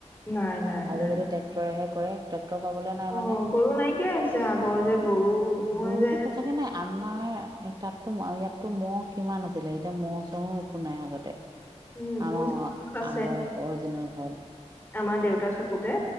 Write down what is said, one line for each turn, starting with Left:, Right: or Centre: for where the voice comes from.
Left: নাই নাই
Right: আজিকালি
Left: নাই
Right: ট্ৰেক্টৰে হে কৰে। ট্ৰেক্টৰ পা'বলে নাই
Left: অ
Right: মানে
Left: গৰু নাইকিয়া হৈছে আগৰ যে গৰু মই
Right: গৰুতো
Left: যে
Right: সঁচাকে নাই আমাৰ তাতো, ইয়াততো মহ কিমান আছিলে এতিয়া মহ' চহু' একো একো নাই আগতে,
Left: উম
Right: আমাৰ
Left: মোৰ যে আছে
Right: আগৰ অৰিজিনেল ঘৰটো
Left: আমাৰ দেউতা থাকোঁতে